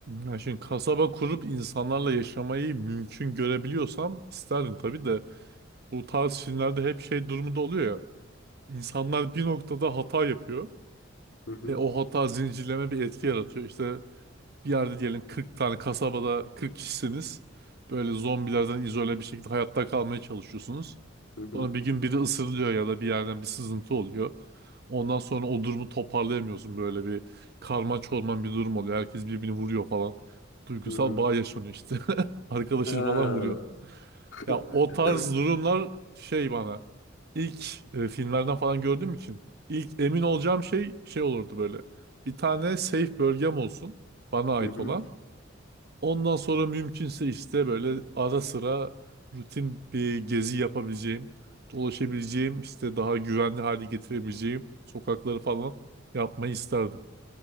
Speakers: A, on the right; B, on the left.
A: Ya şimdi kasaba kurup insanlarla yaşamayı mümkün görebiliyorsam isterdim tabii de bu tarz filmlerde hep şey durumunda oluyor ya. İnsanlar bir noktada hata yapıyor
B: Hı hı.
A: ve o hata zincirleme bir etki yaratıyor. İşte bir yerde diyelim 40 tane kasabada 40 kişisiniz. Böyle zombilerden izole bir şekilde hayatta kalmaya çalışıyorsunuz.
B: Hı hı.
A: Sonra bir gün biri ısırılıyor ya da bir yerden bir sızıntı oluyor. Ondan sonra o durumu toparlayamıyorsun böyle bir karma çorman bir durum oluyor. Herkes birbirini vuruyor falan. Duygusal
B: Hı hı.
A: bağ yaşanıyor işte. <laughs> Arkadaşını
B: Ha.
A: falan vuruyor.
B: <laughs>
A: Ya o tarz durumlar şey bana ilk e, filmlerden falan gördüğüm için ilk emin olacağım şey şey olurdu böyle. Bir tane safe bölgem olsun bana ait
B: Hı hı.
A: olan. Ondan sonra mümkünse işte böyle ara sıra rutin bir gezi yapabileceğim, dolaşabileceğim, işte daha güvenli hale getirebileceğim sokakları falan yapmayı isterdim.